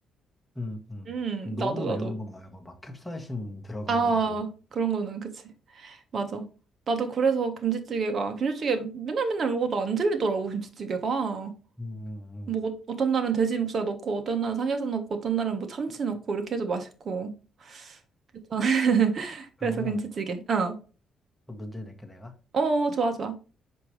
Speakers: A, in the centre; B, on the right.
A: 음, 음.
B: 음,
A: 너무
B: 나도, 나도.
A: 매운 건 말고, 막 캡사이신 들어간
B: 아,
A: 건 못.
B: 그런 거는, 그치. 맞아. 나도 그래서 김치찌개가, 김치찌개 맨날 맨날 먹어도 안 질리더라고, 김치찌개가.
A: 음, 음,
B: 뭐,
A: 음.
B: 어- 어떤 날은 돼지 목살 넣고, 어떤 날은 삼겹살 넣고, 어떤 날은 뭐 참치 넣고, 이렇게 해도 맛있고. 괜찮아. <laughs>
A: 그러면
B: 그래서 김치찌개. 어.
A: 또 문제 낼게 내가.
B: 어, 좋아, 좋아.